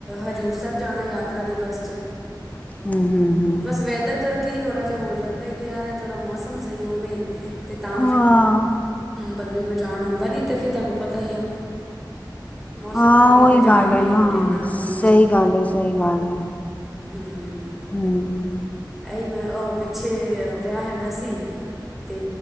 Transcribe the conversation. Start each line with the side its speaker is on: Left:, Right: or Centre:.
Centre: ਹਜ਼ੂਰ ਸਾਹਿਬ ਜਾਣਾ ਯਾਤਰਾ ਦੀ ਬੱਸ 'ਚ।
Left: ਹੂੰ ਹੂੰ ਹੂੰ ਹੂੰ
Centre: ਬਸ ਵੈਦਰ ਕਰਕੇ ਹੀ ਥੋੜ੍ਹਾ ਜਿਹਾ ਹੋ ਜਾਂਦਾ ਕਿ ਯਾਰ ਥੋੜ੍ਹਾ ਮੌਸਮ ਸਹੀ ਹੋਵੇ। ਅਤੇ ਤਾਂ
Left: ਹਾਂ,
Centre: ਫਿਰ ਬੰਦੇ ਨੂੰ ਜਾਣ ਆਉਂਦਾ ਨਹੀਂ ਅਤੇ ਫਿਰ ਤੁਹਾਨੂੰ ਪਤਾ ਹੀ ਆ। ਮੌਸਮ
Left: ਹਾਂ
Centre: ਕਰਕੇ
Left: ਉਹੀ
Centre: ਤਾਂ ਜਾਣ
Left: ਗੱਲ
Centre: ਨਹੀਂ
Left: ਹੈ ਨਾ
Centre: ਹੋ ਰਿਹਾ
Left: ਸਹੀ
Centre: ਮੇਨ
Left: ਗੱਲ ਹੈ ਸਹੀ ਗੱਲ ਹੈ।
Centre: ਹਮ।
Left: ਹਮ।
Centre: ਇਹੀ ਮੈਂ ਉਹ ਪਿੱਛੇ ਵਿਆਹ ਹੈਗਾ ਸੀ। ਅਤੇ